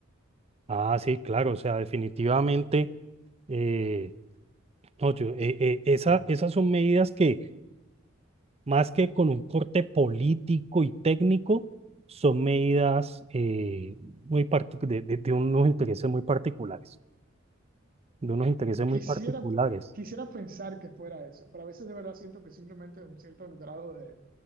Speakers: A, on the right; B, on the right.
A: Ah, sí, claro, o sea, definitivamente, eh, no, yo- eh, eh, esa- esas son medidas que más que con un corte político y técnico, son medidas eh, muy partic- de, de de unos intereses muy particulares, de unos intereses
B: Quisiera,
A: muy particulares.
B: quisiera pensar que fuera eso, pero a veces de verdad siento que simplemente un cierto grado de,